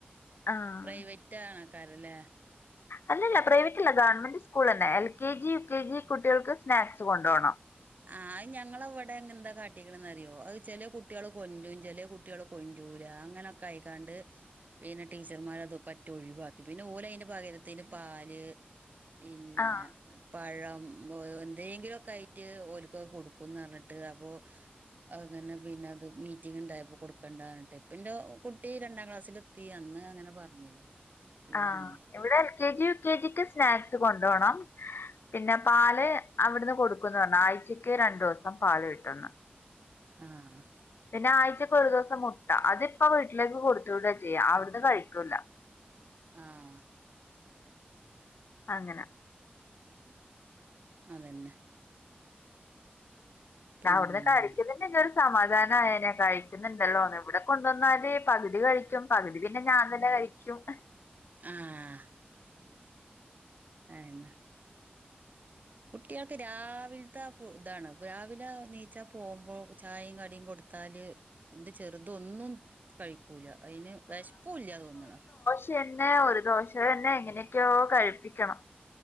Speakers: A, on the left; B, on the right.
A: ആഹ്
B: പ്രൈവറ്റ് ആണക്കാരല്ലേ
A: അല്ലല്ല പ്രൈവറ്റ് അല്ല ഗവൺമെന്റ് സ്കൂൾ തന്നെ എൽകെജി യുകെജി കുട്ടികൾക്ക് സ്നാക്സ് കൊണ്ടുപോകണം.
B: ആ അത് ഞങ്ങളവിടെ എന്താ കാട്ടിക്കണ അറിയോ അത് ചില കുട്ടികൾ കൊല്ലും ചില കുട്ടികള് കൊണ്ടൂല്ല അങ്ങനെയൊക്കെ കഴിക്കാണ്ട് പിന്നെ ടീച്ചർമാർ അത് പറ്റി ഒഴിവാക്കി പിന്നെ ഓൻ അതിന്റെ പകരത്തിന് പാൽ പിന്നെ
A: ആഹ്
B: പഴം എന്തെങ്കിലുമൊക്കെ ആയിട്ട് ഓല്ക്ക് കൊടുക്കുന്നു അറിഞ്ഞിട്ട് അപ്പോ അങ്ങനെ പിന്നെ അത് മീറ്റിംഗ് ഉണ്ടായപ്പോ കൊടുക്കേണ്ടന്നിട്ട് പിന്നെ കുട്ടി രണ്ടാം ക്ലാസ്സിൽ യെ അന്ന് അങ്ങനെ പറഞ്ഞിരുന്നു. ഇള്ളന്നേ
A: ആ ഇവിടെ എൽകെജി യുകെജിക്ക് സ്നാക്സ് കൊണ്ടുപോണം. പിന്നെ പാൽ അവിടുന്ന് കൊടുക്കുന്നു പറഞ്ഞു ആഴ്ചക്ക് രണ്ടു ദിവസം പാൽ കിട്ടുന്നു
B: ആഹ്
A: പിന്നെ ആഴ്ചയിൽ ഒരു ദിവസം മുട്ട അതിപ്പോ വീട്ടിലേക്ക് കൊടുത്തവിട ചെയ്യാം അവിടുന്ന് കഴിക്കൂല്ല.
B: ആഹ്
A: അങ്ങനെ
B: അതന്നെ പിന്നെ
A: താ അവ്ട്ന്ന് കടിക്കുന്നുണ്ട് ഒരു സമാധാനം ആയനേ കഴിക്കുന്നുണ്ടല്ലോ ഇവിടെ കൊണ്ടുവന്നാൽ പകുതി കഴിക്കും പകുതി പിന്നെ ഞാൻ തന്നെ കഴിക്ക്യും,.
B: ആഹ് ഏഹ് ഇന്ന കുട്ട്യേൾക്ക് രാവിൽത്തെ ഇതാണ് രാവിലെ എണിച്ച് പോകുമ്പോ ചായയും കടിയും കൊടുത്ത് ത്താല് ഇന്റെ ചെറുതൊന്നും കഴിക്കൂല്ല. അയ്ന് വെശ്പ്പൂല തോന്ന്ണ്
A: പിന്നെ ഒരു ദോശ തന്നെ എങ്ങനെയൊക്കെയോ കഴിപ്പിക്കണം.